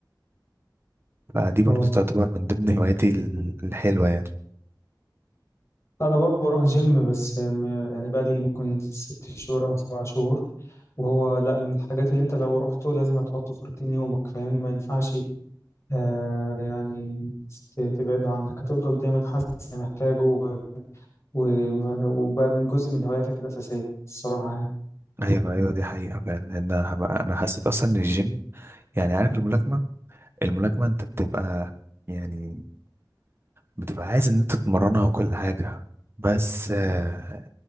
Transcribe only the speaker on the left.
واو
انا برضه بروح جيم بس م- يعني بقى لي ممكن ست شهور او سبع شهور وهو لا من الحاجات اللي انت لو رحته لازم هتحطه في روتين يومك فاهمني ما ينفعش آه يعني ت- تبعده عنك هتفضل دايما حاسس إنك محتاجه و- و- وبقى من جزء من هواياتك الاساسيه الصراحه يعني